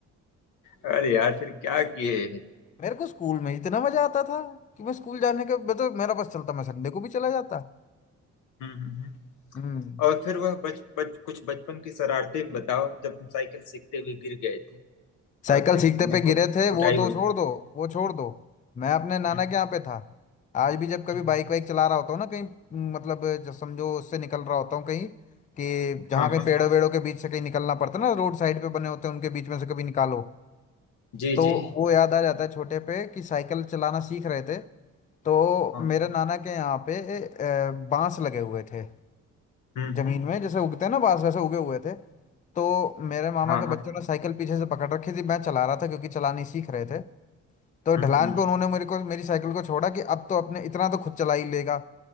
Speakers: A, on the left (about 85°); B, on the left (about 25°).
A: अरे यार फिर क्या किए
B: मेरे को स्कूल में इतना मजा आता था कि मैं स्कूल जाने के मतलब मेरा बस चलता मैं संडे को भी चला जाता
A: हम्म हम्म, हम्म।
B: हम्म
A: और फिर वह बच बच कुछ बचपन की शरारतें बताओ जब तुम साइकिल सीखते हुए गिर गए थे
B: साइकिल
A: और फिर
B: सीखते
A: तुम्हें
B: पे
A: खूब
B: गिरे थे
A: कुटाई
B: वो तो
A: हुई
B: छोड़ दो वो छोड़ दो मैं अपने नाना
A: हम्म,
B: के
A: हम्म,
B: यहाँ पे था आज भी जब कभी
A: हम्म।
B: बाइक वाइक चला रहा होता हूँ ना कहीं म, मतलब जो समझो उससे निकल रहा होता हूँ कहीं कि जहाँ
A: हाँ
B: कहीं
A: हाँ
B: पेड़ों वेड़ों के बीच से कहीं निकलना पड़ता है ना रोड साइड पे बने होते हैं उनके बीच में से कभी निकालो
A: जी
B: तो
A: जी
B: वो याद आ जाता है छोटे पे कि साइकिल चलाना सीख रहे थे तो
A: हाँ
B: मेरे नाना के यहाँ पे अ, बांस लगे हुए थे
A: हम्म
B: जमीन
A: हम्म,
B: में जैसे उगते हैं ना बांस वैसे उगे हुए थे तो मेरे मामा
A: हाँ
B: के बच्चों
A: हाँ
B: ने साइकिल पीछे से पकड़ रखी थी मैं चला रहा था क्योंकि चलानी सीख रहे थे तो
A: हम्म
B: ढलान
A: हम्म
B: पे उन्होंने मेरे को मेरी साइकिल को छोड़ा कि अब तो अपने इतना तो खुद चला ही लेगा